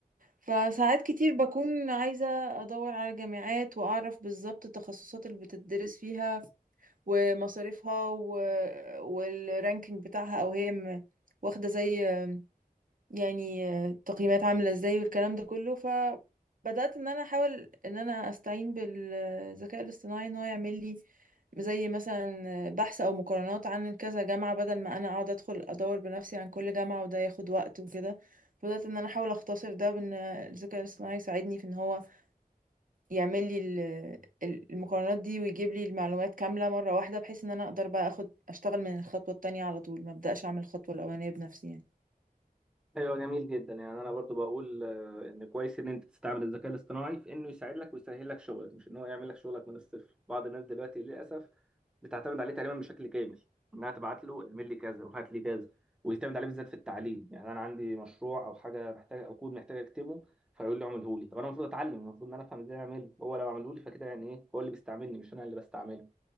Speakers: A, on the right (about 60°); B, in the centre.
A: فساعات كتير بكون عايزة أدور على جامعات وأعرف بالظبط التخصصات اللي بتدرس فيها ومصاريفها و... والرانكينج بتاعها أو هي م- واخدة زي يعني آه، التقييمات عاملة ازاي والكلام ده كله فبدأت ان انا احاول ان انا استعين بالذكاء الاصطناعي ان هو يعمل لي زي مثلا بحث او مقارنات عن كذا جامعة بدل ما انا اقعد ادخل ادور بنفسي عن كل جامعة وده ياخد وقت وكده بدأت ان انا احاول اختصر ده بان الذكاء الاصطناعي يساعدني في ان هو يعمل لي ال- ال- المقارنات دي ويجيب لي المعلومات كاملة مرة واحدة بحيث ان انا اقدر بقى اخد اشتغل من الخطوة التانية على طول ما ابدأش اعمل الخطوة الاولانية بنفسي يعني
B: ايوه جميل جدا يعني انا برضو بقول آه، ان كويس ان انت تستعمل الذكاء الاصطناعي في انه يساعد لك ويسهل لك شغلك مش ان هو يعمل لك شغلك من الصفر بعض الناس دلوقتي للاسف بتعتمد عليه تقريبا بشكل كامل انها تبعت له اعمل لي كذا وهات لي كذا ويعتمد عليه بالذات في التعليم يعني انا عندي مشروع او حاجه محتاج او كود محتاج اكتبه فيقول لي اعمله لي طب انا المفروض اتعلم المفروض ان انا افهم ازاي اعمله هو لو عمله لي فكده يعني ايه هو اللي بيستعملني مش انا اللي بستعمله